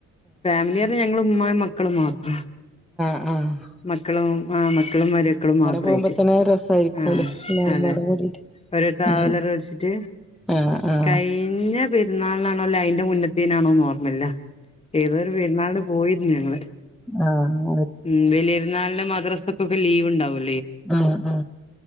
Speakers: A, on the left; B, in the centre.
A: ഫാമിലി പറഞ്ഞ ഞങ്ങള് ഉമ്മായും മക്കളും മാത്രം
B: ആഏ
A: മക്കളും ആ മക്കളും മരുക്കളും മാത്രമായിട്ട്
B: പോകുമ്പോ തന്നെ രസായിരിക്കുമല്ലോ
A: ആ
B: എല്ലാരും
A: അതെ
B: പാടെ കൂടിട്ട്
A: ഒരു ട്രാവലർ
B: ഉം
A: കളിച്ചിട്ട്
B: ആഹ് ആഹ്
A: കഴിഞ്ഞ പെ പെരുന്നാളിനാണോ അല്ലേ അതിന്റെ മുന്നത്തിനാണോ ോർമ്മല്ല ഏതൊരു പെരുന്നാള് പോയിരുന്നു ഞങ്ങള്
B: ആഹ
A: ഉ വലിയയിരുന്നാളിന്റെ മദ്രസക്കൊക്കെ ലീവ് ഉണ്ടാവൂലോ
B: ആ ആ